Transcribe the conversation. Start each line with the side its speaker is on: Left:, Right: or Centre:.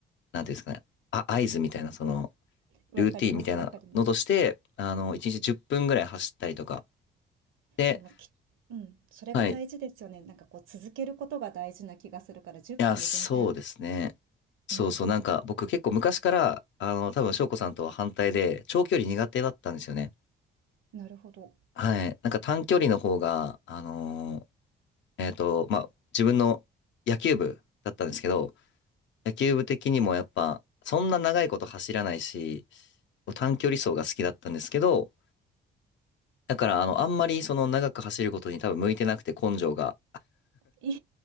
Left: なんていうんですかね、あ、合図みたいな、その、
Right: わかります、
Left: ルーティンみたいなのとして、
Right: わかります。
Left: あの、1日10分ぐらい走ったりとか。で、
Right: でもき、うん、それが大事ですよね。
Left: はい。い
Right: なんかこう続けることが大事な気がするから10分で全然、
Left: や、そうですね。そうそう、
Right: うん、
Left: なんか僕結構昔から、あの、多分翔子さんとは反対で、長距離苦手だったんですよね。
Right: なるほど。
Left: はい。なんか短距離の方が、あのえっと、まあ、自分の野球部だったんですけど、野球部的にもやっぱ、そんな長いこと走らないし、短距離走が好きだったんですけど、だからあの、
Right: うんうん、
Left: あんまりその長く走ることに多分向いてなくて根性が。
Right: い